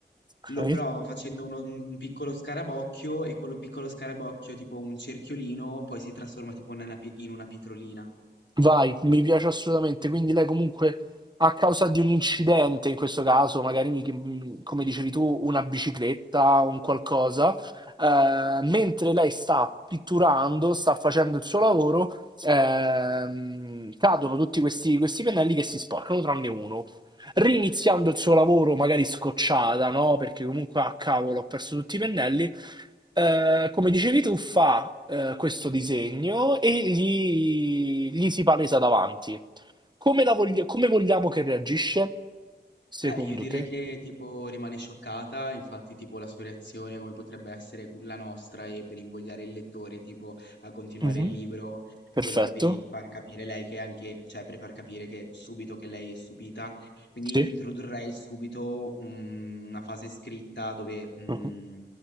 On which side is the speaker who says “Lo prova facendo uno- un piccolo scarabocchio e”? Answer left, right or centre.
Left